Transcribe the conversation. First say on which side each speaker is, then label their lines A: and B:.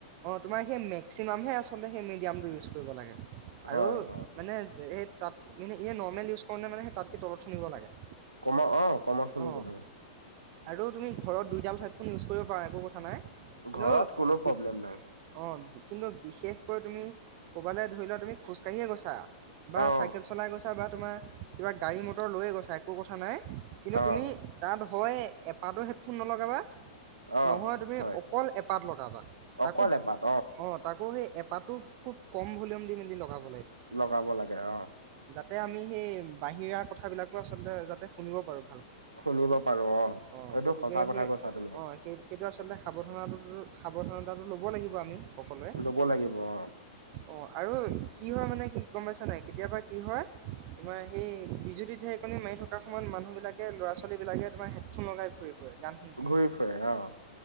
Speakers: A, on the right; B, on the right.
A: অ তোমাৰ সেই মেক্সিমামহে আচলতে সেই মিডিয়ামটো ইউজ কৰিব লাগে
B: হয়,
A: আৰু
B: হয়।
A: মানে এই তাত মানে এনেই নৰ্মেল ইউজ কৰোনে মানে সেই তাতকে তলত শুনিব লাগে।
B: কমত অ কমত শুনিব
A: অ
B: লাগে।
A: আৰু তুমি ঘৰত দুইটাইম হেডফোন ইউজ কৰিব পাৰা একো কথা নাই। কিন্তু
B: ঘৰত কোনো প্ৰব্লেম নাই।
A: অঁ কিন্তু বিশেষকৈ তুমি ক'বালে ধৰি লোৱা তুমি খোজ কাঢ়িয়ে গৈছা বা
B: অ',
A: চাইকেল চলাই গৈছা ছা‌ বা তোমাৰ কিবা গাড়ি মটৰ লৈ গৈছা একো কথা‌নাই কিন্তু
B: অ'।
A: তুমি <unintelligible> হয় এপাতো হেডফোন নলগাবা
B: অ',
A: নহয় তুমি
B: হয়,
A: অকল এপাত লগাবা তাকো
B: অকল এপাত
A: অ, তাকো সেই এপাটো খুব কম ভলিউম দি মেলি লগাব
B: লগাব লাগে অ,
A: তে আমি সেই বাহিৰা কথাবিলাকো আচলতে যাতে শুনিব পাৰোঁ। ভালকৈ
B: শুনিব পাৰো অ,
A: অ,
B: এইটো
A: গতিকে
B: সঁচা কথা
A: সেই
B: কৈছা তুমি,
A: অ, সেই-সেইটো আচলতে সাৱধনতাটো সাৱধনাতাটো ল'ব লাগিব আমি সকলোৱে
B: ল'ব লাগিব অ',
A: অ, আৰু কি হয় মানে কি গম পাইছ নাই কেতিয়াবা কি হয় তোমাৰ সেই বিজুলী ঢেৰেকণী মাৰি থকা সময়ত মানুহ বিলাক কে ল'ৰা-ছোৱালী বিলাকে তোমাৰ হেডফোন লগাই ঘূৰি ফুৰে গান শুনি থাকে
B: ঘূৰি ফুৰে অ,